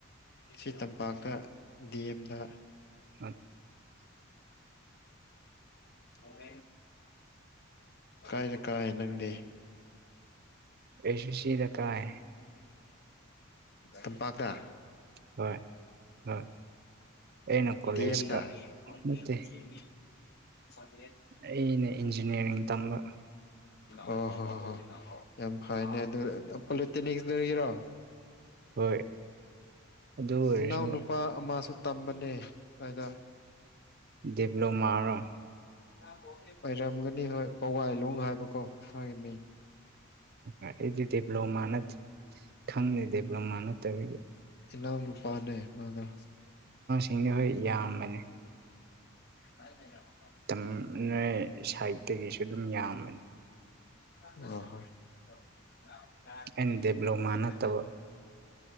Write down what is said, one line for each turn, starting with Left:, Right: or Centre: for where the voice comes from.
Left: ꯁꯤ ꯇꯝꯄꯥꯛꯇ ꯗꯤ ꯑꯦꯝꯗ
Right: ꯑ
Left: ꯀꯥꯏ ꯀꯥꯏꯅ ꯀꯥꯏ ꯅꯪꯗꯤ
Right: ꯑꯩꯁꯨ ꯁꯤꯗ ꯀꯥꯏ
Left: ꯇꯝꯄꯥꯛꯇ
Right: ꯍꯣꯏ ꯍꯣꯏ ꯑꯩꯅ ꯀꯣꯂꯦꯖꯀ
Left: ꯑꯦꯝꯗ
Right: ꯅꯠꯇꯦ
Left: ꯅꯤ ꯂ
Right: ꯑꯩꯅ ꯏꯟꯖꯤꯅꯤꯌꯥꯔꯤꯡ ꯇꯝꯕ
Left: ꯑꯣ ꯍꯣ ꯍꯣꯏ ꯍꯣꯏ ꯌꯥꯝ ꯐꯩꯅꯦ ꯑꯗꯨ ꯄꯣꯂꯤꯇꯦꯛꯅꯤꯛꯗꯒꯤꯔꯣ
Right: ꯍꯣꯏ ꯑꯗꯨ ꯑꯣꯏꯔꯁꯨ
Left: ꯏꯅꯥꯎꯅꯨꯄꯥ ꯑꯃꯁꯨ ꯇꯝꯕꯅꯦ ꯑꯗꯨꯗ
Right: ꯗꯦꯕꯂꯞꯃꯔꯣ
Left: ꯑꯣꯏꯔꯝꯒꯅꯤ ꯍꯣꯏ ꯄꯋꯥꯏꯂꯣꯡ ꯍꯥꯏꯕꯀꯣꯏ ꯃꯤ
Right: ꯑꯩ ꯑꯩꯗꯤ ꯗꯦꯕꯂꯞ ꯃꯥꯟꯅꯗꯦ ꯈꯪꯗꯦ ꯗꯦꯕꯂꯞ ꯃꯥꯟꯅꯗꯕ
Left: ꯏꯅꯥ ꯅꯨꯄꯥꯅꯦ ꯃꯥꯗ
Right: ꯁꯤꯡꯗ ꯍꯣꯏ ꯌꯥꯝꯕꯅꯦ
Left: <unintelligible>
Right: ꯃꯇꯝꯅ ꯁꯥꯏꯠꯇꯒꯤꯁꯨ ꯑꯗꯨꯝ ꯌꯥꯝꯕꯅꯤ
Left: ꯑ ꯍ <unintelligible>
Right: ꯑꯩꯅ ꯗꯤꯄ꯭ꯂꯣꯃꯥ ꯅꯠꯇꯕ